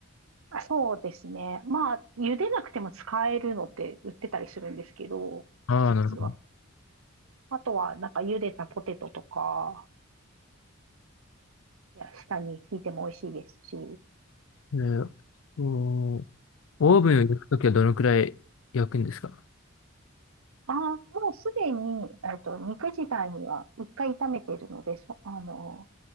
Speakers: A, on the right; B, on the left.
A: あそうですね。まあ、茹でなくても使えるのって売ってたりするんですけど、
B: ああ、
A: 実は。
B: なるほど。
A: あとは、なんか茹でたポテトとか、いや、下に引いても美味しいですし、
B: えーとオーブンを焼くときはどのくらい焼くんですか
A: ああ、もうすでに、えっと、肉自体には一回炒めてるので、そ、あの、